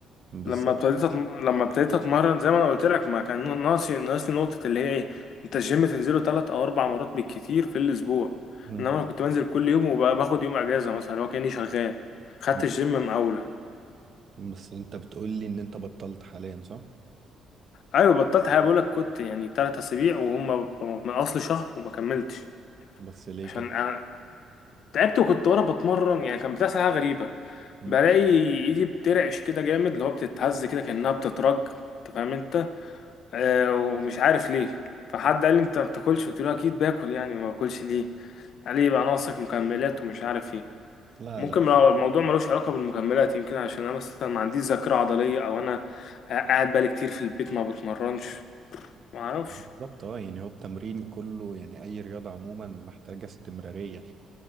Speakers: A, on the right (about 50°); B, on the left (about 65°).
A: بالظبط
B: لما ابتديت أتم... لما ابتديت اتمرن زي ما انا قلت لك ما كان ناقصي ناقصني نقطه اللي هي ايه انت الجيم تنزله ثلاث او اربع مرات بالكتير في الاسبوع
A: مم.
B: انما انا كنت بنزل كل يوم وباخد يوم اجازه مثلا اللي هو كاني شغال خدت
A: مم.
B: الجيم مقاوله
A: بس انت بتقولي ان انت بطلت حاليا صح؟
B: ايوه بطلت حاجه بقول لك كنت يعني ثلاث اسابيع وهم من اصل شهر وما كملتش
A: بس ليه
B: عشان
A: كده؟
B: أنا تعبت وكنت وانا بتمرن يعني كان بتحصل حاجه غريبه
A: مم.
B: بلاقي ايدي بترعش كده جامد اللي هو بتتهز كده كانها بتترج انت فاهم انت آه، ومش عارف ليه فحد قال لي انت ما بتاكلش قلت له اكيد باكل يعني ما باكلش ليه قال لي يبقى ناقصك مكملات ومش عارف ايه
A: لا
B: ممكن
A: لا
B: لو الموضوع ملوش علاقه بالمكملات يمكن عشان انا مثلا ما عنديش ذاكره عضليه او انا قاعد بقالي كتير في البيت ما بتمرنش ما اعرفش
A: بالظبط اه يعني هو التمرين كله يعني اي رياضة عموما محتاجة استمرارية